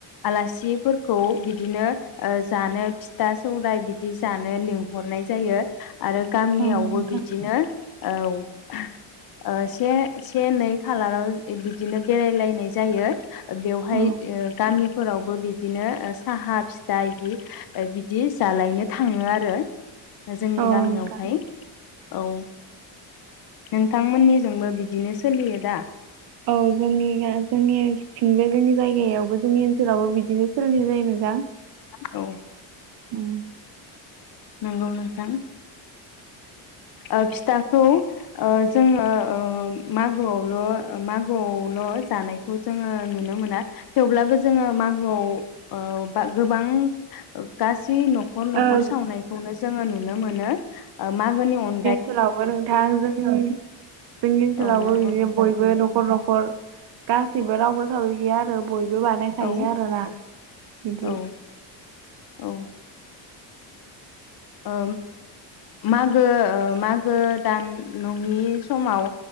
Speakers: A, on the left; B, on the right.
A: आलासिफोरखौ बिदिनो ओ जानो फिथा सौराइ बिदि जानो लिंहरनाय जायो। आरो गामियावबो
B: औ नोंथां
A: बिदिनो औ। ओ से से नै खालाराव बिदिनो बेरायलायनाय जायो। बेवहाय
B: औ
A: ओ फोरावबो बि बिदिनो ओ साहा फिस दा इदि बिदि जालायनो थाङो आरो। जोंनि
B: औ
A: गामियावहाय
B: नोंथां
A: औ नोंथांमोननिजोंबो बिदिनो सोलियो दा
B: औ जोंनि गा-जोंनि थिंबो जोंनि जायगायावबो जोंनि जेरावबो बिदिनो सोलिनाय जायो नोंथां
A: औ
B: उम
A: नंगौ नोंथां। ओ फिथाखौ ओ जोङो ओ मागोआवल' मागोआवल' जानायखौ जोङो नुनो मोना थेवब्लाबो जोङो मागोआव ओ बा गोबां ओ गास सि न'खर न'खर
B: ओं
A: सावनायखौनो जोङो नु नुनो मोनो ओ मागोनि अन
B: सोलावबो नोंथां जोङो जोंनि ओनसोलावबो
A: औ नंगौ
B: बिदिनो
A: नोंथां
B: बयबो न'खर न'खर गासिबो रावबो सावै गैया आरो बय बो बानायखायो
A: औ
B: आरोना बिदि
A: औ औ ओ मागो ओ मागो दान नङि समाव